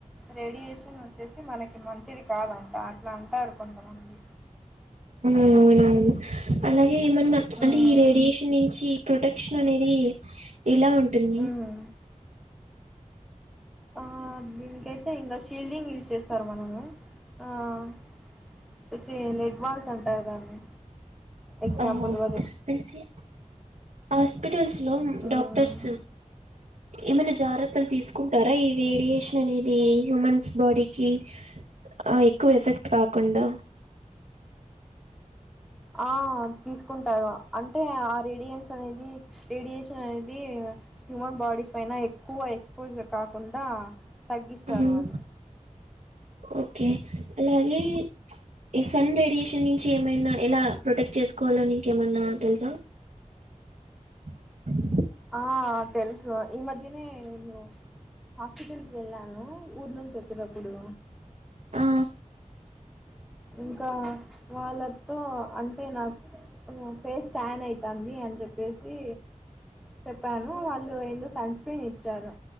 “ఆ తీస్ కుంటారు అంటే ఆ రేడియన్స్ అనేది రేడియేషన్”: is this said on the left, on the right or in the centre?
Centre